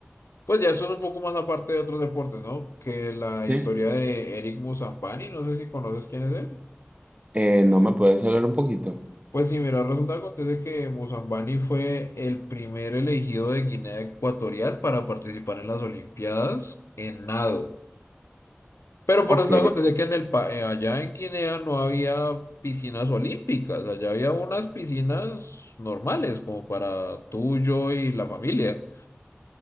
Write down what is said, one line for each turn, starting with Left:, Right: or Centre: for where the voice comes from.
Left: pues ya esto es un poco más aparte de otros deportes, ¿no? Que la
Right: ¿Sí?
Left: historia de Eric Musambani, no sé si conoces quién es él.
Right: Eh, ¿no me puedes hablar un poquito?
Left: Pues sí, mira, resulta que acontece que Musambani fue el primer elegido de Guinea Ecuatorial para participar en las Olimpiadas en nado. Pero por
Right: Ok,
Left: los eso acontece que en el pa- eh, allá en Guinea no había piscinas olímpicas, allá había unas piscinas normales, como para tú, yo y la familia.